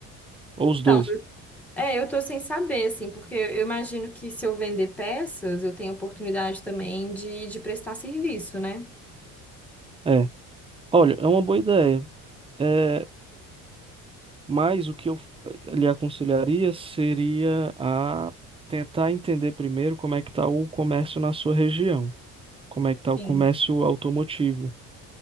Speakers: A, on the right; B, in the centre.
A: Ou
B: Então,
A: os dois?
B: é, eu tô sem saber, assim, porque eu imagino que se eu vender peças, eu tenho oportunidade também de, de prestar serviço, né?
A: É. Olha, é uma boa ideia. É, mas o que eu eh, lhe aconselharia seria a tentar entender primeiro como é que tá o comércio na sua região. Como é que tá o
B: Sim.
A: comércio automotivo?